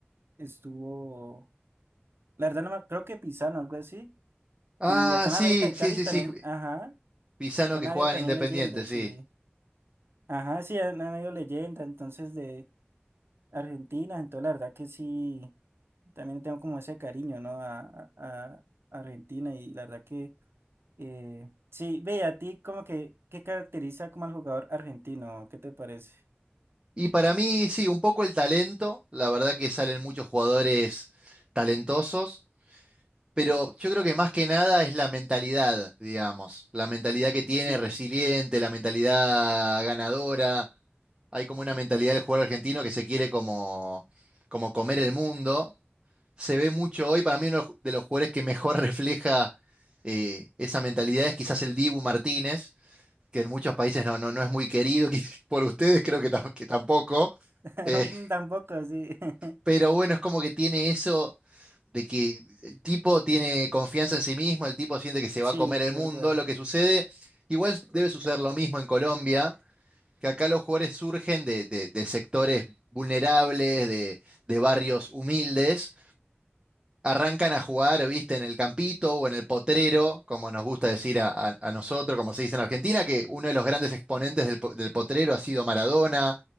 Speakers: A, on the right; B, on the right.
A: estuvo, la verdad no me, creo que Pisano, algo así.
B: Ah,
A: Y acá
B: sí,
A: en América de
B: sí,
A: Cali
B: sí,
A: también,
B: sí.
A: ajá,
B: Pisano
A: han
B: que
A: habido
B: juega
A: también
B: en Independiente,
A: leyendas,
B: sí.
A: sí. Ajá, sí, han, han habido leyendas, entonces de Argentina, entonces la verdad que sí, también tengo como ese cariño, ¿no? A, a- a Argentina y la verdad que, eh, sí, ve, y a ti como que, ¿qué caracteriza como al jugador argentino? ¿Qué te parece?
B: Y para mí, sí, un poco el talento. La verdad que salen muchos jugadores talentosos. Pero yo creo que más que nada es la mentalidad, digamos, la mentalidad que tiene,
A: Sí,
B: resiliente, la mentalidad ganadora. Hay como una mentalidad del jugador argentino que se quiere como, como comer el mundo. Se ve mucho hoy, para mí uno de los jugadores que mejor <laughs> refleja eh, esa mentalidad es quizás el Dibu Martínez, que en muchos países no, no, no es muy querido, <laughs> que por ustedes creo que, tam- que tampoco.
A: <laughs>
B: Eh,
A: tampoco, sí, <laughs>
B: pero bueno, es como que tiene eso de que el tipo tiene confianza en sí mismo, el tipo siente que se
A: sí,
B: va a comer
A: es
B: el
A: verdad.
B: mundo. Lo que sucede, igual debe suceder lo mismo en Colombia, que acá los jugadores surgen de, de- de sectores vulnerables, de, de barrios humildes, arrancan a jugar, viste, en el campito o en el potrero, como nos gusta decir a, a- a nosotros, como se dice en Argentina, que uno de los grandes exponentes del, po- del potrero ha sido Maradona,